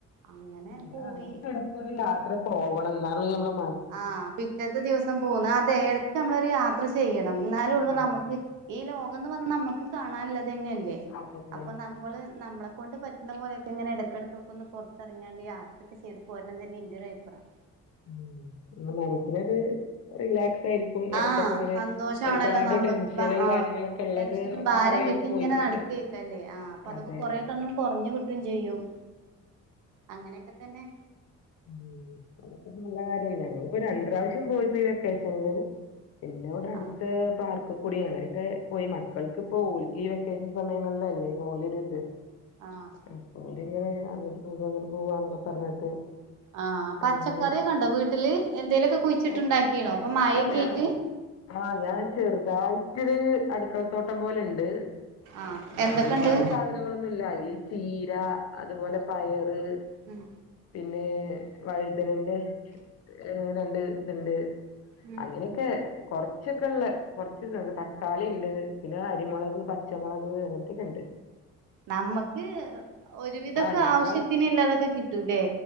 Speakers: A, on the right (about 85°); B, on the left (about 55°).
A: അങ്ങനെ
B: എല്ലാ
A: പോയി
B: അങ്ങനൊക്കെ എടക്കൊരു യാത്ര പോവണം ഇന്നളില് ഞമ്മള്
A: ആ പിറ്റത്തെ ദിവസം പോന്ന് അതേ ഇടക്ക് നമ്മളൊരു യാത്ര ചെയ്യണം എന്നാലേള്ളൂ
B: ആഹ്
A: നമുക്ക് ഈ ലോകംന്ന് പറഞ്ഞാ നമ്മക്ക് കാണാൻള്ളത് തന്നെയല്ലേ
B: അതന്നെ.
A: അപ്പൊ നമ്മള് നമ്മളെ കൊണ്ടുപറ്റുന്പോലെക്കെങ്ങനെ എടക്കടക്കൊക്കൊന്ന് പുറത്തിറങ്ങിങ്ങാണ്ട് യാത്രയൊക്ക ചെയ്ത് പോരണംതന്നെ എന്റൊരുഭിപ്രായം.
B: ഉം ഒന്ന് മനസ്സിനൊരു റിലാക്സ് ആയിരിക്കും ഇടക്കൊക്കെ
A: ആ
B: ഇങ്ങനെ
A: സന്തോഷണല്ലോ
B: ഒരുപാട്
A: നമ്മക്ക്
B: ടെൻഷനും
A: ആ
B: കാര്യങ്ങളൊക്കെ ഉള്ളത്
A: ടെൻഷനും
B: ഒക്കെ
A: ഭാരം
B: കൊറേങ്ങട്
A: കെട്ടിങ്ങനെ
B: പോയി കിട്ടും.
A: നടക്കേക്കല്ലേ ആ അപ്പൊതോക്കൊ
B: അതെ.
A: കൊറേക്കൊന്ന് കൊറഞ്ഞകിട്ടുംചെയ്യും അങ്ങനൊക്കെത്തന്നെ
B: മൂ അതൊക്കെ നല്ല കാര്യം ഞങ്ങളിപ്പോ രണ്ട് പ്രാവിശ്യം പോയിപ്പാ വെക്കേഷനില്ല് പിന്നോടടുത്ത്
A: ആഹ്
B: പാർക്കും കൂടിയങ്ങനൊക്കെപോയി മക്കൾക്കിപ്പോ ഓല്ക്ക് ഈ വെക്കേഷൻ സമയങ്ങളിലല്ലേ ഓലരിത്.
A: ആഹ്
B: അപ്പോ ലീവായങ്ങട്ട്പോവ്വായിങ്ങട്ട്പോവ്വാനൊക്കെപ്പറഞ്ഞിട്ട്.
A: ആഹ് പച്ചക്കറിയൊക്കെ
B: അഞ്
A: ഉണ്ടോ വീട്ടില് എന്തേലുമൊക്കെ കുഴിച്ചിട്ടുണ്ടാക്കീണോ
B: പച്ചക്കറിപറഞ്ഞാൽ
A: ഇപ്പൊ മഴയൊക്കെ ആയിട്ട്
B: ആ ഞാൻ ചെറുതായിട്ടൊരു അടുക്കളത്തോടംപോലെണ്ട്.
A: ആഹ് എന്തൊക്കെണ്ട്
B: ആ ഒരുപാട് സാധനങ്ങളൊന്നുംല്ല അതിൽ ചീര അതുപോലെ പയറ്
A: ഉം
B: പിന്നെ പിന്നേ വഴുതനന്റെ എ രണ്ട് ഇത്ണ്ട്.
A: ഉം
B: അങ്ങനെയൊക്കെ കൊറച്ചൊക്കെള്ളേ കുറച്ച് ഇ തക്കാളിണ്ട് പിന്നെ അരിമുളക് പച്ചമുളക് അങ്ങനെത്തൊക്കെണ്ട്.
A: നമ്മക്ക് ഒരുവിദൊക്കെ
B: ആഹ് ഞമ്മളെ
A: ആവശ്യത്തിനുള്ളതൊക്കെ കിട്ടൂല്ലേ.